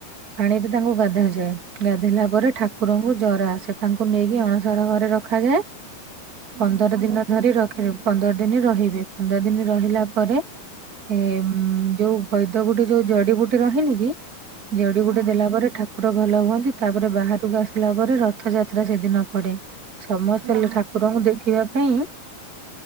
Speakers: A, on the right; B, on the right.
A: ପାଣିରେ ତାଙ୍କୁ ଗାଧା ଯାଏ। ଗାଧଇଲା ପରେ ଠାକୁରଙ୍କୁ ଜର ଆସେ ତାଙ୍କୁ ନେଇକି ଅଣସର ଘରେ ରଖ୍ ଖାଯାଏ।
B: ହୁଁ
A: ପନ୍ଦର ଦିନ
B: ଦିନି
A: ଧରି ରଖିବେ। ପନ୍ଦର ଦିନି ରହିବେ। ପନ୍ଦର ଦିନି ରହିଲା ପରେ ଏ ଯୋଉ ବୈଦ ଗୁଟେ ଯୋଉ ଜଡିିବୁଟି ରହେନି କି? ଜଡିବୁଟି
B: ହଁ
A: ଦେଲା ପରେ ଠାକୁର ଭଲ ହୁଅନ୍ତି।। ତାପରେ ବାହାରକୁ ଆସିଲା ପରେ ରଥଯାତ୍ରା ସେଦିନ ପଡେ। ସମସ୍ତେ
B: ବା
A: ହେଲେ ଠାକୁରଙ୍କୁ ଦେଖିବା ପାଇଁ